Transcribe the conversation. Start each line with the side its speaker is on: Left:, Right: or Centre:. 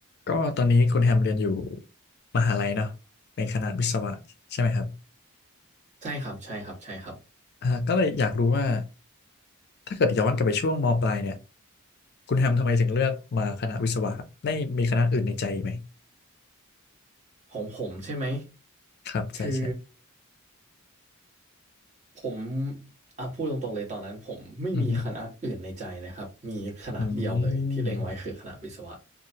Left: ก็ตอนนี้คุณแฮมเรียนอยู่มหาลัยเนาะในคณะวิศวะใช่ไหมครับ
Right: ใช่ครับใช่ครับใช่ครับ
Left: อ่าก็เลยอยากรู้ว่าถ้าเกิดย้อนกลับไปช่วงมปลายเนี่ยคุณแฮมทำไมถึงเลือกมาคณะวิศวะครับได้มีคณะอื่นในใจไหม
Right: ของผมใช่ไหม
Left: ครับใช่ใช่
Right: คือ ผมอ่ะพูดตรงๆเลยตอนนั้นผมไม่มีคณะอื่นในใจเลยครับมีคณะเดียวเลยที่เล็งไว้คือคณะวิศวะ
Left: อือฮึอืม